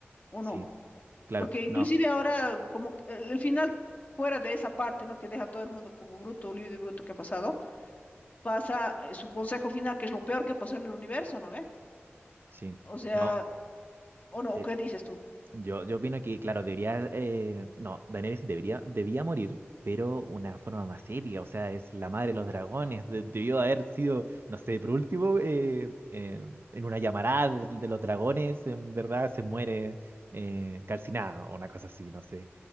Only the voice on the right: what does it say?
Sí,
claro.
No,
sí.
No.
eh,
Yo, yo opino que, claro, debería, eh, no, Daenerys debería, debía morir, pero una forma más épica, o sea, es la madre de los dragones, de- debió haber sido, no sé, por último, eh, eh, en una llamarada de, de los dragones, en verdad se muere eh, calcinada o una cosa así, no sé,